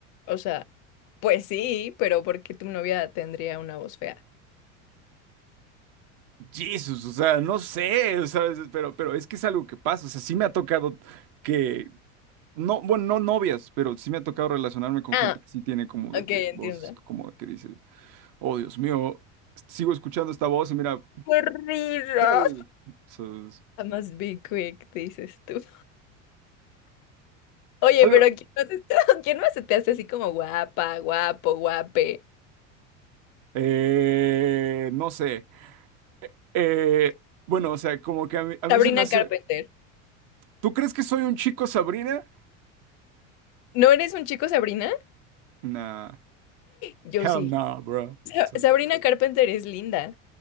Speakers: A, on the left; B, on the right.
A: o sea. Pues sí, pero ¿por qué tu novia tendría una voz fea?
B: Jesus, o sea, no sé, ¿sabes? Pero, pero es que es algo que pasa, o sea, sí me ha tocado que No, bueno, no novias, pero sí me ha tocado relacionarme con
A: Ah,
B: gente que sí tiene como de
A: ok,
B: que
A: entiendo.
B: voz, como de que dices, oh Dios mío, sigo escuchando esta voz y mira,
A: ¡Qué risa!
B: ¡pum! So, es
A: I must be quick, dices tú. Oye,
B: algo,
A: pero ¿quién más, está- <laughs> quién más se te hace así como guapa, guapo, guape?
B: eh, no sé, eh, bueno, o sea, como que a mí, a mí
A: Sabrina
B: se me hace,
A: Carpenter.
B: ¿tú crees que soy un chico Sabrina?
A: ¿No eres un chico, Sabrina?
B: Nah,
A: Yo
B: hell
A: sí.
B: no, bro.
A: Sa-
B: So,
A: Sabrina Carpenter es linda.